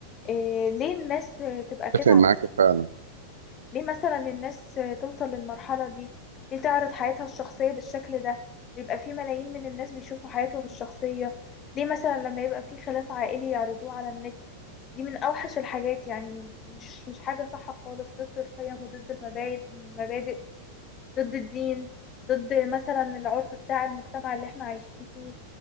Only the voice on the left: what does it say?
آه، ليه الناس آه، تبقى كده
على
ليه مثلا الناس توصل للمرحلة دي ليه تعرض حياتها الشخصية بالشكل ده ويبقى في ملايين من الناس بيشوفوا حياتهم الشخصية ليه مثلا لما يبقى في خلاف عائلي يعرضوه على النت دي من أوحش الحاجات يعني مش مش حاجة صح خالص ضد القيم وضد المبادئ المبادئ ضد الدين ضد مثلا العرف بتاع المجتمع اللي احنا عايشين فيه